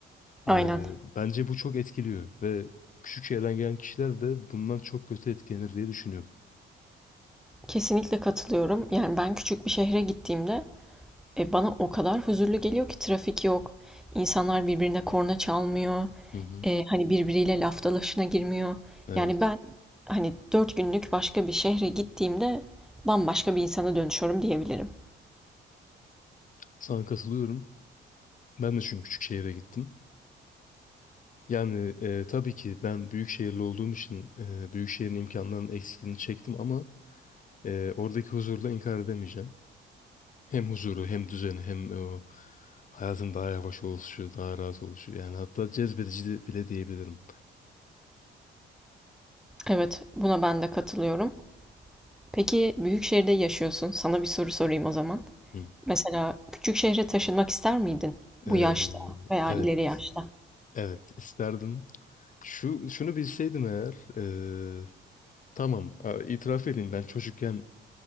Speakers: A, in the centre; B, on the left.
A: Aynen.
B: e, bence bu çok etkiliyor ve küçük şehirden gelen kişiler de bundan çok kötü etkilenir diye düşünüyorum.
A: Kesinlikle katılıyorum. Yani ben küçük bir şehre gittiğimde e, bana o kadar huzurlu geliyor ki trafik yok. İnsanlar birbirine korna çalmıyor.
B: Hı hı.
A: E, hani birbiriyle laf dalaşına girmiyor.
B: Evet.
A: Yani ben hani dört günlük başka bir şehre gittiğimde bambaşka bir insana dönüşüyorum diyebilirim.
B: Sana katılıyorum. Ben de çünkü küçük şehire gittim. Yani e, tabii ki ben büyük şehirli olduğum için e, büyük şehrin imkanlarının eksikliğini çektim ama e, oradaki huzurla inkar edemeyeceğim. Hem huzuru hem düzeni hem o hayatın daha yavaş oluşu, daha rahat oluşu. Yani hatta cezbedici de- bile diyebilirim.
A: Evet, buna ben de katılıyorum. Peki büyük şehirde yaşıyorsun. Sana bir soru sorayım o zaman.
B: Hı.
A: Mesela küçük şehre taşınmak ister miydin? Bu
B: E,
A: yaşta veya
B: evet,
A: ileri yaşta?
B: evet isterdim. Şu şunu bilseydim eğer e, tamam e, itiraf edeyim ben çocukken